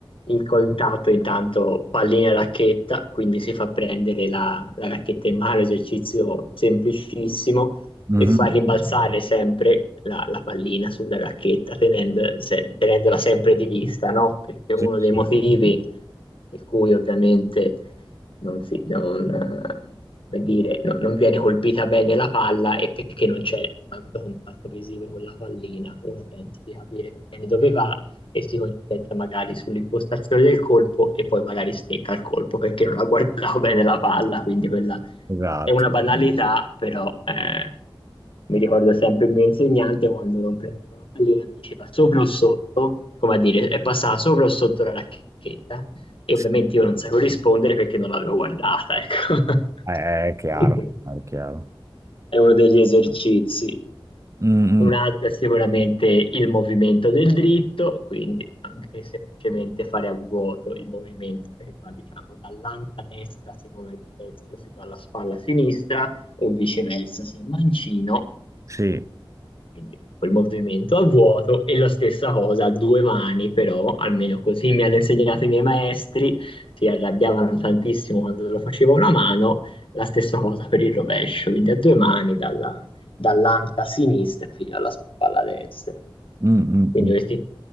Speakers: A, on the left; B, on the right.
A: il contatto intanto pallina e racchetta, quindi si fa prendere la, la racchetta in mano, esercizio semplicissimo
B: mhm,
A: e far rimbalzare sempre la, la pallina sulla racchetta tenendo- se- tenendola sempre di vista, no? Perché
B: sì,
A: uno
B: sì,
A: dei motivi per cui ovviamente non si, non, eh, come dire, no- non viene colpita bene la palla e perché non c'è tanto contatto visivo con la pallina, uno pensa di capire bene dove va e si concentra magari sull'impostazione del colpo e poi magari stecca il colpo perché non ha guardato bene la palla, quindi quella
B: esatto.
A: è una banalità, però eh, mi ricordo sempre il mio insegnante quando non prendevo la pallina mi diceva sopra o sotto, come a dire, è passata sopra o sotto la racchetta e
B: Sì,
A: ovviamente io non sapevo rispondere perché non l'avevo guardata, ecco.
B: È, è chiaro,
A: <laughs>
B: è chiaro.
A: È uno degli esercizi.
B: Mm,
A: Un
B: mm,
A: altro è sicuramente il movimento del dritto, quindi anche semplicemente fare a vuoto il movimento che va, diciamo, dall'anta destra, secondo il destro, fino alla spalla sinistra, o viceversa, se è mancino,
B: sì,
A: Quindi quel movimento a vuoto e la stessa cosa a due mani, però almeno così mi hanno insegnato i miei maestri, si arrabbiavano tantissimo quando lo facevo a una mano, la stessa cosa per il rovescio, quindi a due mani dalla- dall'anca sinistra fino alla spalla destra.
B: mm, mm,
A: Quindi
B: mm.
A: questi